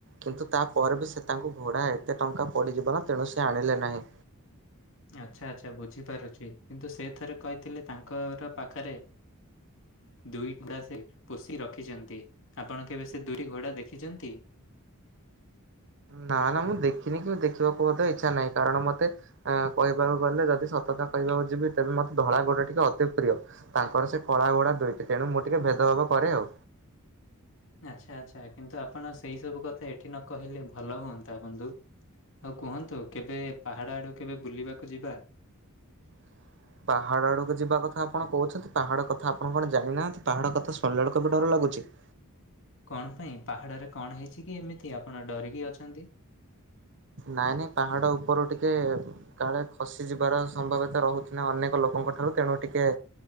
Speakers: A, on the right (about 55°); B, on the left (about 60°).
A: କିନ୍ତୁ ତା ପରେ ବି ସେ ତାଙ୍କୁ ଘୋଡା ଏତେ ଟଙ୍କା ପ ପଡିଯିବ ନା ତେଣୁ ସେ ଆଣିଲେ ନାହିଁ।
B: ଆଚ୍ଛା ଆଚ୍ଛା ବୁଝିପାରୁଛି କିନ୍ତୁ ସେ ଥରେ କହିଥିଲେ ତାଙ୍କର ପାଖରେ ଦୁଇ <inaudible> ପୁସି ରଖି ଛନ୍ତି ଆପଣ କେବେ ସେ ଦୁଇଟି ଘୋଡା ଦେଖିଛନ୍ତି?
A: ନା ନା ମୁଁ ଦେଖିନି କି ଦେଖିବାକୁ ମଧ୍ୟ ଇଚ୍ଛା ନାହିଁ। କାରଣ ମତେ କହିବାକୁ ଗଲେ ଯଦି କହିବାକୁ ଯିବି ତେବେ ମୋତେ ଧଳା ଘୋଡା ଟିକେ ଅତି ପ୍ରିୟ। ତାଙ୍କର ସେ କଳା ଗୋଡା ଦୁଇଟି ତେଣୁ ମୁଁ ଟିକେ ଭେଦ କରେ ଆଉ।
B: ଆଚ୍ଛା ଆଚ୍ଛା କିନ୍ତୁ ଆପଣ ସେଇ ସବୁ କଥା ଏଠି ନ କହିଲେ ଭଲ ହୁଅନ୍ତା ବନ୍ଧୁ? ଆଉ କୁହନ୍ତୁ କେବେ ପାହାଡ ଆଡୁ କେବେ ବୁଲିବାକୁ ଯିବା?
A: <inaudible> ପାହାଡ ଆଡକୁ ଯିବା କଥା ଆପଣ କହୁଛନ୍ତି ପାହାଡ କଥା ଆପଣ କଣ ଜାଣିନାହାନ୍ତି ପାହାଡ କଥା ସରିଲା ବେଳକୁ ବି ଡର ଲାଗୁଛି। <inaudible>
B: କଣ ପାଇଁ ପାହାଡରେ କଣ ହେଇଛି କି ଏମିତି? ଆପଣ ଡରିକି ଅଛନ୍ତି?
A: ନାଇଁ ନାଇଁ ପାହାଡ ଉପର ଟିକେ କାଳେ ଖସି ଯିବାର ସମ୍ଭବ ତ ରହୁଛି ନା ଅନେକ ଲୋକଙ୍କ ଠାରୁ ତେଣୁ ଟିକେ